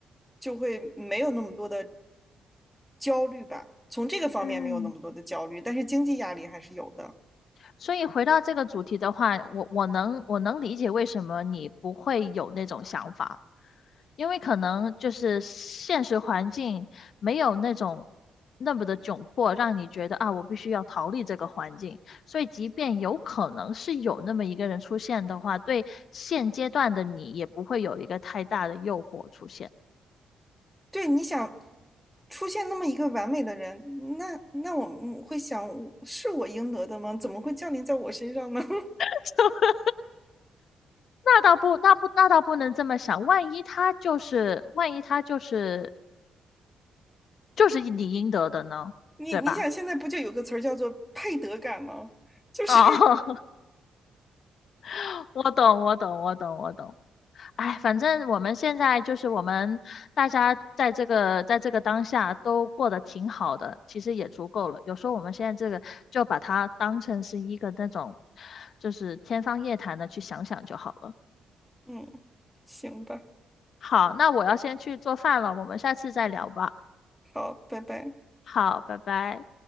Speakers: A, in the centre; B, on the left.
A: 就会没有那么多的焦虑吧，从这个方面没有那么多的焦虑，
B: 嗯，
A: 但是经济压力还是有的。
B: 所以回到这个主题的话，我我能我能理解为什么你不会有那种想法，因为可能就是现实环境没有那种那么的窘迫，让你觉得啊，我必须要逃离这个环境。所以，即便有可能是有那么一个人出现的话，对现阶段的你也不会有一个太大的诱惑出现。
A: 对，你想出现那么一个完美的人，那那我们会想，是我应得的吗？怎么会降临在我身上呢？<laughs>
B: <laughs> 那倒不，那不，那倒不能这么想。万一他就是，万一他就是，就是你应得的呢，
A: 你你想，
B: 对吧？
A: 现在不就有个词儿叫做配得感吗？就是，
B: 哦，<laughs> 我懂，我懂，我懂，我懂。哎，反正我们现在就是我们大家在这个在这个当下都过得挺好的，其实也足够了。有时候我们现在这个就把它当成是一个那种，就是天方夜谭的去想想就好了。
A: 嗯，行吧，
B: 好，那我要先去做饭了，我们下次再聊吧。
A: 好，拜拜。
B: 好，拜拜。